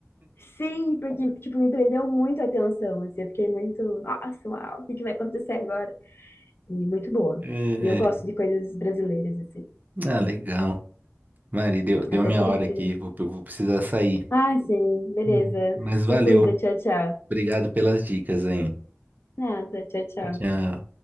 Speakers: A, on the left; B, on the right.
A: Sim, porque, tipo, me prendeu muito a atenção, assim, eu fiquei muito, nossa, uau, o que que vai acontecer agora? E muito boa.
B: É,
A: E eu gosto de coisas brasileiras, assim,
B: Ah, legal. Mari, deu, deu
A: até
B: minha
A: prefiro.
B: hora aqui. Vou, vou precisar sair.
A: Ah, sim, beleza.
B: Hum. Mas valeu.
A: Se cuida, tchau, tchau.
B: Obrigado pelas dicas aí.
A: Nada, tchau, tchau.
B: Tchau.